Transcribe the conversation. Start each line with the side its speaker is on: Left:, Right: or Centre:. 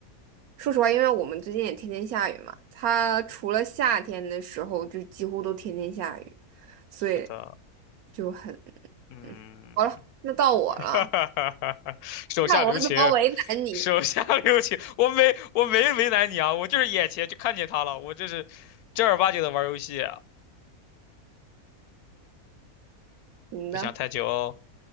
Right: 说实话，因为我们最近也天天下雨嘛，它除了夏天的时候就几乎都天天下雨，所以
Left: 是的，
Right: 就很，
Left: 嗯，
Right: 嗯，好了，那到我了，
Left: <laughs> 哈哈哈哈，手下留情，
Right: 看我怎么为难你。
Left: 手下留情，我没我没为难你啊，我就是眼前就看见他了，我这是正儿八经的玩游戏，
Right: 你的，
Left: 别想太久哦，